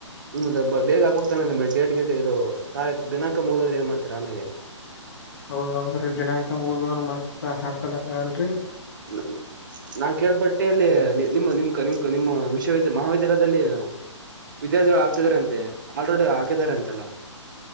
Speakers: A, on the right; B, on the left.
A: ಹ ಬೇಗ ಆಗ್ಬೋಗಕ್ತಾನ ಡೇಟ್ ಗೇಟ್ ಇದು ತಾರೀಕ್ ದಿನಾಂಕ ಮುಗ್ದಾದ್ರೆ ಏನ್ ಮಾಡ್ತಾರೆ ಆಮೇೆಗೆ
B: ಹೌದೌದ್ರಿ ದಿನಾಂಕ ಮುಗ್ದ್ರ ಮತ್ತತ್ ಹಾಕಲಕ್ಕ ಆಗಲ್ರರಿ
A: ಹ್ಮ ನಾ ಕೇಳ್ಬಟ್ಟೆಲ್ಲಿ ನಿಮ್ಮ ನಿಮ್ ನಿಮ್ ನಿಮ್ಮ ವಿಶ್ವವಿದ ಮಹಾವಿದ್ಯಾಲಯದಲ್ಲಿ ವಿದ್ಯಾರ್ಥಿಗಳು ಆಗ್ತಿದಾರಂತೆ ಆಲ್ರೆಡಿ ಹಾಕಿದ್ದಾರೆ ಅಂತೆಲ್ಲ